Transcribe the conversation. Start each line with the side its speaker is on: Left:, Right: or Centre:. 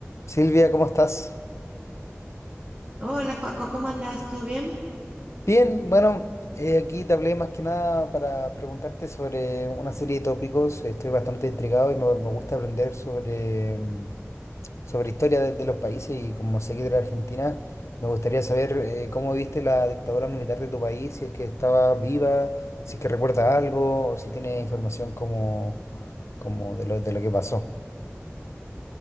Left: Silvia, ¿cómo estás?
Right: Hola, Joaco, ¿cómo andás? ¿Todo bien?
Left: Bien, bueno, eh, aquí te hablé más que nada para preguntarte sobre una serie de tópicos. Estoy bastante intrigado y me, me gusta aprender sobre, mm, sobre historia de, de los países y como sé que de la Argentina, me gustaría saber eh, cómo viste la dictadura militar de tu país, si es que estaba viva, si es que recuerda algo o si tiene información como, como de lo, de lo que pasó.